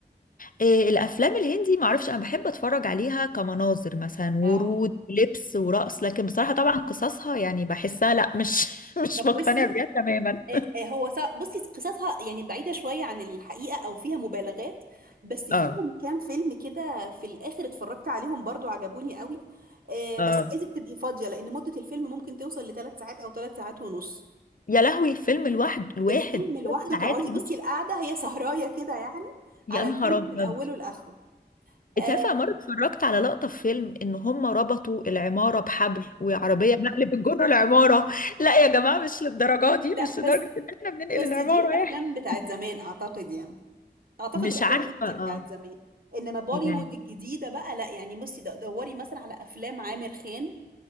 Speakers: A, on the left; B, on the right.
A: إيه الافلام الهندي معرفش انا بحب اتفرج عليها كمناظر مثلا ورود
B: اه
A: ولبس ورقص لكن بصراحه طبعا قصصها يعني بحسها لا مش <laughs> مش
B: طب
A: مقتنع
B: بصي
A: بيها تماما
B: آه، آه، هو صع- بصي قصصها يعني بعيدة شوية عن الحقيقة أو فيها مبالغات بس فيهم
A: اه
B: كام فيلم كده في الآخر اتفرجت عليهم برضو عجبوني قوي آه،
A: اه
B: بس عايزك تبقي فاضية لأن مدة الفيلم ممكن توصل لثلاث ساعات أو ثلاث ساعات ونص
A: يا لهوي فيلم الواحد الواحد
B: الفيلم لوحده
A: ثلاث ساعات
B: تقعدي
A: ونص
B: بصي القعدة هي سهراية كده يعني
A: يا
B: على
A: نهار
B: الفيلم
A: ابيض
B: من أوله لآخره آه،
A: انت عارفه مره اتفرجت على لقطه في فيلم ان هم ربطوا العماره بحبل وعربيه نقل بتجر العماره لا يا جماعه مش للدرجه دي
B: لا
A: مش
B: بس
A: لدرجه ان احنا بننقل
B: بس
A: العماره
B: دي الأفلام
A: يعني
B: بتاعت زمان أعتقد يعني اعتقد
A: مش
B: الافلام
A: عارفه
B: الهندي
A: اه
B: بتاعت زمان انما بوليوود
A: يعني
B: الجديده بقى لا يعني بصي د- دوري مثلا على افلام عامر خان